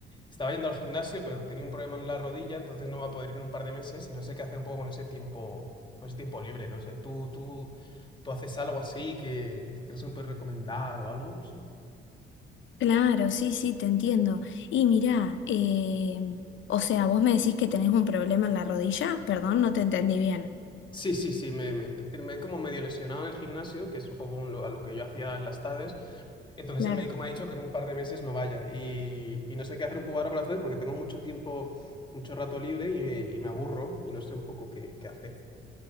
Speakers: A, on the left; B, on the left.
A: estaba yendo al gimnasio, pero tenía un problema en la rodilla, entonces no va a poder ir en un par de meses y no sé qué hacer un poco con ese tiempo, con ese tiempo libre, no sé. ¿Tú, tú, tú haces algo así que, que crees que me puedes recomendar o algo? No sé.
B: Claro, sí, sí, te entiendo. Y mirá, em, o sea, vos me decís que tenés un problema en la rodilla, perdón, no te entendí bien.
A: Sí, sí, sí, me, me, me- te- me he como medio lesionado en el gimnasio, que es un poco un lo- a lo que yo hacía en las tardes. Entonces
B: Claro.
A: el médico me ha dicho que en un par de meses no vaya y, y no sé qué hacer un poco ahora para hacer porque tengo mucho tiempo, mucho rato libre y, me y me aburro y no sé un poco qué, qué hacer.